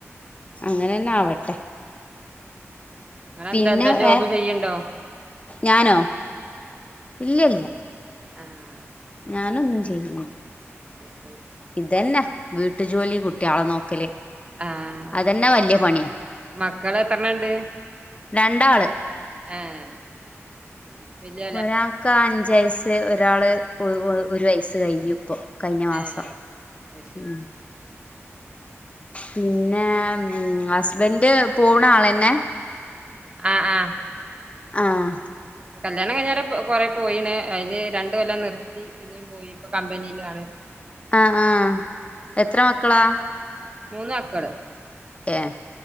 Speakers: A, on the left (about 25°); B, on the right (about 25°).
A: അങ്ങനന്നെ ആവട്ടെ.
B: നിങ്ങളെ
A: പിന്നെ
B: ന്താ എന്താ ജോബ്
A: വേ
B: ചെയ്യണ്ടോ
A: ഞാനോ ഇല്ലല്ല
B: ആഹ്
A: ഞാനൊന്നും ചെയ്യുന്നില്ല
B: ന ശരി
A: ഇതന്നെ വീട്ടു ജോലി കുട്ട്യേളെ നോക്കല്
B: ആഹ്
A: അതന്നെ വല്യപണിയാ
B: മക്കള് എത്രണ്ണണ്ട്
A: രണ്ടാള്
B: ഏഹ് വല്യ
A: ഒരാൾക്ക് അഞ്ച വയസ്സ് ഒരാള് ഒരു വയസ്സ് കഴിഞ്ഞു ഇപ്പൊ കഴിഞ്ഞ മാസം
B: ഏഹ് അത് ശരി
A: ഉം പിന്നെ ഹസ്ബന്ഡ് പോണ ആളെന്നെ
B: ആഹ്‌ആ ഹ്
A: ആ ഹ്
B: കല്യാണം കഞ്ഞേര കൊ കൊറെ പോയിണ് അതില് രണ്ടു കൊല്ലം നിർത്തി പിന്നെയും പോയി ഇപ്പ കമ്പനിയിലാണ്
A: ആഹ് ആഹ് എത്ര മക്കളാ
B: മൂന്നക്കള്
A: ഏഹ്